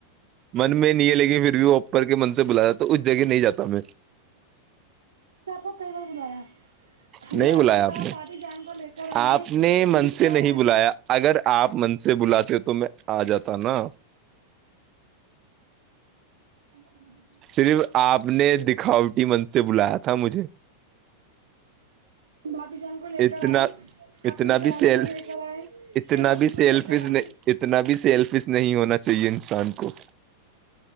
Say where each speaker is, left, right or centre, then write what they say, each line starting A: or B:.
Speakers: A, on the right (about 35°); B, on the right (about 70°).
A: من میں نہیں ہے لیکن پھر بھی وہ اوپر کے من سے بلا جاتا اس جگہ نہیں جا میں
B: آپ کو کئی بار بلایا <unintelligible> ہم
A: نہیں
B: نے آپ
A: بلایا
B: سے کہا
A: نے
B: پارٹی جان کو لے کر آئے
A: آپ نے من
B: عید
A: سے
B: پر
A: نہیں
B: آئے
A: بلایا اگر آپ من سے بلاتے تو میں آ جاتا نا
B: <unintelligible> مار
A: صرف آپ نے دکھاوٹی من سے بلایا تھا مجھے
B: بھابھی جان کو لے
A: اتنا
B: کر آئے
A: اتنا
B: اپنے شرادے
A: بھی سیل
B: کو لے کر آئے
A: اتنا
B: شرادی
A: بھی سیلفش
B: کو لے کر آئ
A: اتنا بھی سیلفز نہیں ہونا چاہیے انسان کو